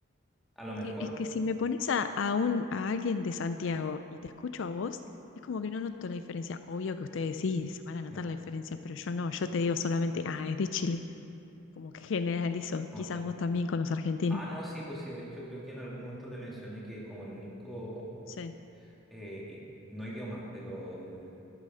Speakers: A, in the centre; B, on the left.
A: A lo mejor,
B: E- Es que si me pones a, a un, a alguien de Santiago y te escucho a vos, es como que no noto la diferencia. Obvio que ustedes sí se van a notar
A: claro,
B: la diferencia, pero yo no, yo te digo solamente, ah, es de Chile, como que generalizo,
A: como
B: quizás
A: que...
B: vos también con los argentinos.
A: Ah, no, sí, pues sí, de hecho creo que en algún momento te mencioné que como el único
B: Sí,
A: eh, y- no idioma, pero eh,